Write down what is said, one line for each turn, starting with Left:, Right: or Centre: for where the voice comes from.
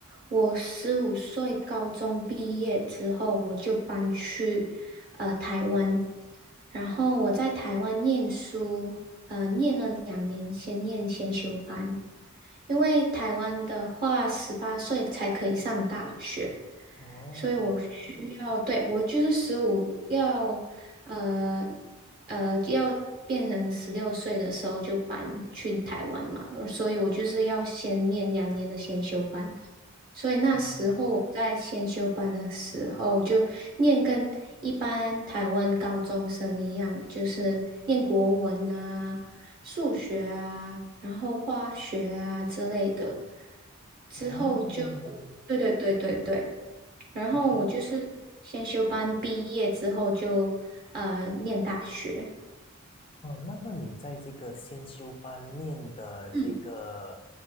Right: 我十五岁高中毕业之后，我就搬去呃台湾，然后我在台湾念书，呃，念了两年，先念先修班，因为台湾的话，十八岁才可以上大学。
Left: 哦，
Right: 所以我需要，对，我就是十五要，呃呃，要变成十六岁的时候就搬去台湾嘛，所以我就是要先念两年的先修班。所以那时候我在先修班的时候，
Left: 哦，
Right: 就念跟一般台湾高中生一样，就是念国文啊、数学啊，然后化学啊之类的。之后就，
Left: 哦，
Right: 对对对对对，
Left: 哦，
Right: 然后我就是先修班毕业之后就呃念大学。
Left: 那。哦，那么你在这个先修班念的这个，
Right: 嗯